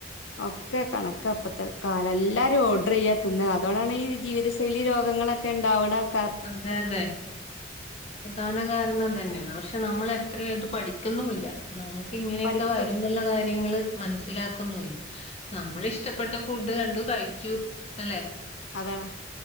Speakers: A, on the left (about 75°); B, on the left (about 30°).
A: ഒക്കെ കണക്ക ഇപ്പത്തെ കാലം എല്ലാരും ഓർഡർ ചെയ്യാതിന്നാ അതോണ്ടാണ് ഈ ജീവിതശൈലി രോഗങ്ങളൊക്കെ ഉണ്ടാവണകാ
B: അതെ അതെ പ്രധാന കാരണംഇതന്നെയാണ് പക്ഷെ നമ്മൾ എത്ര അത് പഠിക്കുന്നുല്ല നമുക്ക് ഇങ്ങനെയൊക്കെ
A: പഠിപ്പ്
B: വരു ന്നുള്ള കാര്യങ്ങള് മനസ്സിലാക്കന്നൂല്ല നമ്മളിഷ്ടപ്പെട്ട ഫുഡ് കണ്ടു കഴിച്ചു അല്ലെ
A: അതാണ്